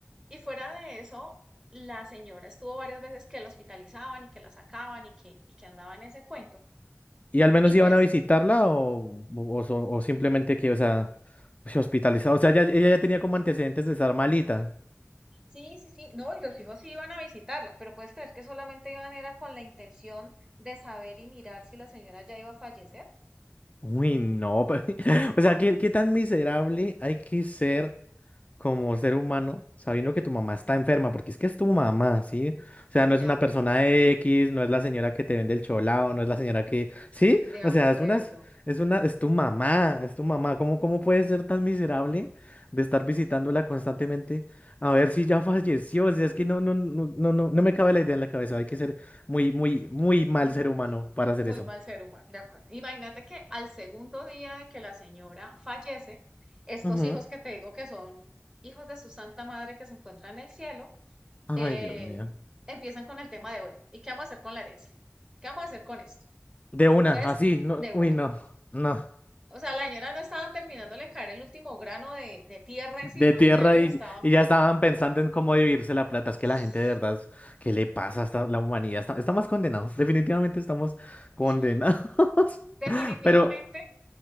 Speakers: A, on the right (about 15°); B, on the left (about 30°).
A: Y fuera de eso, la señora estuvo varias veces que la hospitalizaban y que la sacaban y que, y que andaba en ese cuento.
B: ¿Y al menos
A: Y pues,
B: iban a visitarla o, o, so- o simplemente que, o sea, se hospitalizaba? O sea, ya- ella ya tenía como antecedentes de estar malita.
A: Sí, sí, sí. No, y los hijos sí iban a visitarla, pero puedes creer que solamente iban era con la intención de saber y mirar si la señora ya iba a fallecer.
B: Uy, no. <laughs> pero- O sea, ¿qué, qué tan miserable hay que ser? como ser humano, sabiendo que tu mamá está enferma, porque es que es tu mamá, ¿sí? O sea,
A: de
B: no es una
A: acuerdo,
B: persona X, no es la señora que te vende el cholao, no es la señora que, ¿sí?
A: de
B: O
A: acuerdo.
B: sea, es una, es una, es tu mamá, es tu mamá. ¿Cómo, cómo puedes ser tan miserable de estar visitándola constantemente a ver si ya <laughs> falleció? O sea, es que no, no, no, no, no, no me cabe la idea en la cabeza. Hay que ser muy, muy, muy mal
A: Mm,
B: ser humano para hacer
A: Muy
B: eso.
A: mal ser humano, de acuerdo. Imagínate que al segundo día de que la señora fallece, estos
B: Ujú.
A: hijos que te digo que son hijos de su santa madre que se encuentran en el cielo,
B: Ay,
A: eh,
B: Dios mío.
A: empiezan con el tema de, bueno, ¿y qué vamos a hacer con la herencia? ¿Qué vamos a hacer con esto?
B: De una,
A: Entonces,
B: así, no,
A: de
B: uy,
A: una.
B: no, no.
A: O sea, la señora no estaba terminándole de caer el último grano de, de tierra encima
B: de tierra
A: y ya ellos
B: y,
A: estaban,
B: y ya estaban pensando en cómo dividirse la plata. Es que
A: sí,
B: la gente de verdad, es- ¿qué le pasa a la humanidad? Está- estamos condenados, <laughs> definitivamente estamos condenados.
A: sí, definitivamente
B: <laughs> Pero,